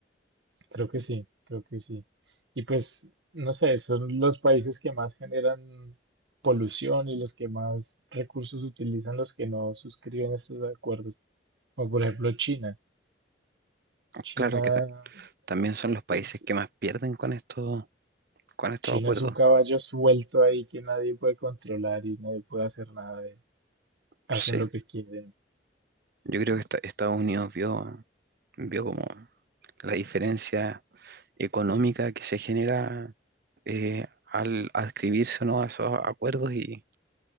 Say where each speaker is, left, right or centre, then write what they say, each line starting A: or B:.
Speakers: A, on the right; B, on the right.
A: Creo que sí, creo que sí. Y pues, no sé, son los países que más generan polución y los que más recursos utilizan los que no suscriben estos acuerdos. Como por ejemplo China. China
B: Claro que ta- también son los países
A: es,
B: que más pierden con estos, con estos
A: China
B: acuerdos.
A: es un caballo suelto ahí que nadie puede controlar y nadie puede hacer nada de- Hacen
B: Sí.
A: lo que quieren.
B: Yo creo que esta- Estados Unidos vio, vio como la diferencia económica que se genera eh, al adscribirse o no a esos acuerdos y,